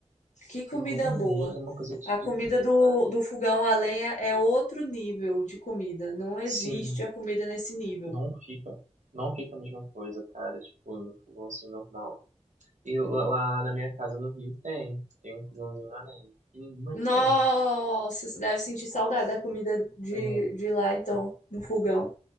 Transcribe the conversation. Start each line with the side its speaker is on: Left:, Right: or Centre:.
Left: Que comida
Right: O bom além
Left: boa.
Right: é uma coisa divina.
Left: A comida do, do fogão a lenha é outro nível de comida. Não existe
Right: Sim,
Left: a comida nesse nível.
Right: não fica, não fica a mesma coisa, cara, tipo, no fogão assim normal. E lá lá na minha casa no Rio tem, tem um fogãozinho além, pequenininho, mas
Left: Nossa,
Right: tem.
Left: você deve sentir saudade da comida de,
Right: É,
Left: de lá, então, no fogão.